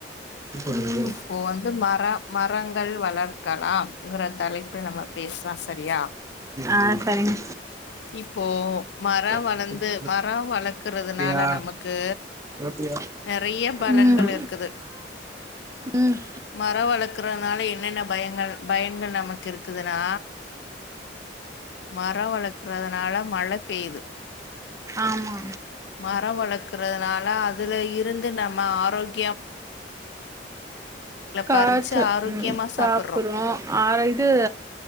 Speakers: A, on the right (about 15°); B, on the left (about 65°).
A: ம்
B: இப்போ வந்து மரம் மரங்கள் வளர் இருக்கலாம்ங்கிற தலைப்பில் நம்ம பேசாலா சரியா
A: ஆஹ் சரிங்
B: இப்போ மர வளந்து
A: படுத்து படுத்து
B: மரம் வளப் இருக்கறதுனால
A: கெடப்பியா
B: நமக்கு
A: கெடப்பியா
B: நெறைய பலன்கள்
A: ம்
B: இருக்குது
A: ம்
B: மரம் வளர்க்கறதுனால என்னென்ன பயங்கள் பயங்கள் நமக்கு இருக்குதுன்னா மரம் வளர்க்கறதுனால மழை பெய்யுது
A: ஆமா
B: மரம் வளர்க்கறதுனால அதுல இருந்து நம்ம ஆரோக்கிய
A: காய்ச்ச
B: பறிச்சு ஆரோக்கியமா
A: உம் சாப்பறோ
B: சாப்புட்றோ
A: ஆற இது